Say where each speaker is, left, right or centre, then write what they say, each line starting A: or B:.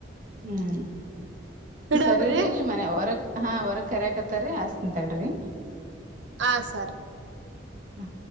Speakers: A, on the right; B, on the right.
A: ಹ್ಮ್
B: ಇಡಮ್ರಿ
A: ಸರಿರಿ ಇಲ್ ಮನೆ ಹೊರಕ್ ಹಾ ಹೊರಕ್ ಕರಯಕತ್ತರಿೀ ಅಸ್ ಅಂತ್ರಿ
B: ಹ ಸರಿ
A: ಹ್ಮ